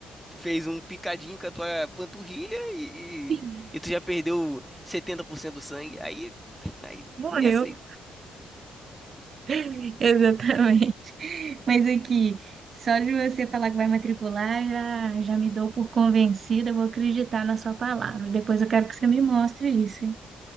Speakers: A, in the centre; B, on the right.
A: fez um picadinho com a tua panturrilha e,
B: <laughs>
A: e, e tu já perdeu 70% do sangue. Aí, aí
B: Morreu.
A: nessa
B: <laughs> Exatamente. Mas aqui, só de você falar que vai matricular, já, já me dou por convencida, eu vou acreditar na sua palavra. Depois eu quero que você me mostre isso, hein?